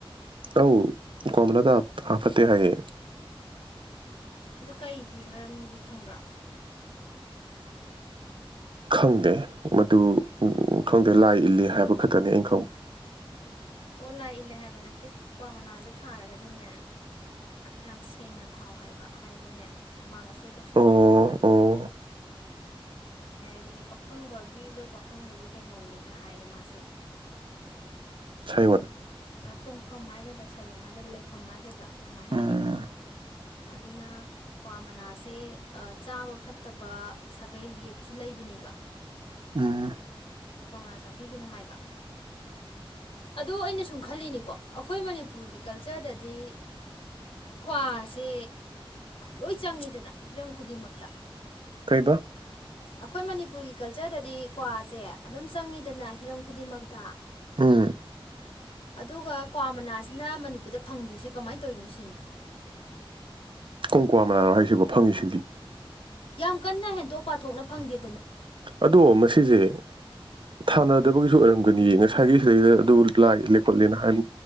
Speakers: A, on the right; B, on the left.
A: ꯑꯧ <unintelligible> ꯊꯥ ꯐꯠꯇꯦ ꯍꯥꯏꯌꯦ
B: ꯑꯗꯨ ꯀꯩꯒꯤ ꯃꯔꯝꯗꯤ ꯈꯪꯕ꯭ꯔꯥ
A: ꯈꯪꯗꯦ ꯃꯗꯨ ꯈꯪꯗꯦ ꯂꯥꯏ ꯏꯜꯂꯤ ꯍꯥꯏꯕ ꯈꯛꯇꯅꯤ ꯑꯩꯅ ꯈꯪꯕ <inaudible>
B: ꯑꯣ ꯂꯥꯏ ꯏꯜꯂꯦ ꯍꯥꯏꯕ ꯅꯠꯇꯦ ꯀ꯭ꯋꯥ ꯃꯅꯥꯁꯦ ꯊꯥꯔꯒꯗꯤꯅꯦ ꯌꯥꯝ ꯁꯦꯡꯅ ꯊꯥꯎ ꯍꯥꯏꯕ ꯍꯥꯏꯗꯤꯅꯦ ꯑꯃꯥꯡ ꯑꯁꯣꯏ ꯇꯧꯁꯟꯕꯤꯒꯅꯨ
A: ꯑꯣ
B: ꯍꯥꯏꯕ
A: <inaudible>
B: ꯑꯦꯗꯤ ꯄꯥꯈꯪꯕꯒꯤ ꯏꯕꯨꯗꯧ ꯄꯥꯈꯪꯕꯒꯤ ꯀꯩꯅꯣꯅꯦꯅ ꯍꯥꯏꯌꯦ ꯃꯥꯁꯦ
A: <inaudible> ꯁꯩꯌꯣꯟ
B: ꯑ ꯇꯣꯡꯐꯝ ꯍꯥꯏꯒꯗ꯭ꯔꯥ ꯁꯩꯌꯣꯟ ꯍꯥꯏꯒꯗ꯭ꯔꯥ ꯂꯩꯐꯝ ꯍꯥꯏꯒꯗ꯭ꯔꯥ ꯀꯃꯥꯏ
A: ꯎꯝ
B: ꯍꯥꯏꯅꯤ ꯑꯗꯨꯅ ꯀ꯭ꯋꯥ ꯃꯅꯥꯁꯦ ꯆꯥꯕ ꯐꯠꯇꯕ ꯁꯥꯒꯩ ꯌꯦꯛꯁꯨ ꯂꯩ ꯂꯩꯕꯅꯦꯕ
A: ꯎꯝ
B: ꯀ꯭ꯋꯥ ꯃꯅꯥ ꯆꯥꯕꯤꯒꯅꯨ ꯍꯥꯏꯕ ꯑꯗꯣ ꯑꯩꯅ ꯁꯨꯝ ꯈꯜꯂꯤꯅꯤꯀꯣ ꯑꯈꯣꯏ ꯃꯅꯤꯄꯨꯔꯒꯤ ꯀꯜꯆꯔꯗꯗꯤ ꯀ꯭ꯋꯥꯁꯦ ꯂꯣꯏ ꯆꯪꯉꯤꯗꯅ ꯍꯤꯔꯝ ꯈꯨꯗꯤꯡꯃꯛꯇ
A: ꯀꯩꯕ
B: ꯑꯈꯣꯏ ꯃꯅꯤꯄꯨꯔꯒꯤ ꯀꯜꯆꯔꯗꯗꯤ ꯀ꯭ꯋꯥꯁꯦ ꯑꯗꯨꯝ ꯆꯪꯉꯤꯗꯅ ꯍꯤꯔꯝ ꯈꯨꯗꯤꯡꯃꯛꯇ
A: ꯎꯝ
B: ꯑꯗꯨꯒ ꯀ꯭ꯋꯥ ꯃꯅꯥꯁꯤꯅ ꯃꯅꯤꯄꯨꯔꯗ ꯐꯪꯗ꯭ꯔꯤꯁꯦ ꯀꯃꯥꯏ ꯇꯧꯋꯤꯅꯣ ꯁꯤꯅꯤ
A: ꯀꯣꯡꯀ꯭ꯋꯥ ꯃꯅꯥꯔꯣ ꯍꯥꯏꯁꯤꯕꯨ ꯐꯪꯉꯤꯁꯤꯗꯤ
B: ꯌꯥꯝ ꯀꯟꯅ ꯍꯦꯟꯗꯣꯛ ꯄꯥꯊꯣꯛꯅ ꯐꯪꯗꯦ
A: ꯑꯗꯣ ꯃꯁꯤꯁꯦ ꯊꯥꯅꯗꯕꯒꯤ ꯁꯨ ꯑꯣꯏꯔꯝꯒꯅꯤꯌꯦ ꯉꯁꯥꯏꯒꯤ ꯁꯤꯗꯩꯗ ꯑꯗꯨ ꯂꯥꯏ ꯏꯜꯂꯦ ꯈꯣꯠꯂꯦꯅ ꯍꯥꯏ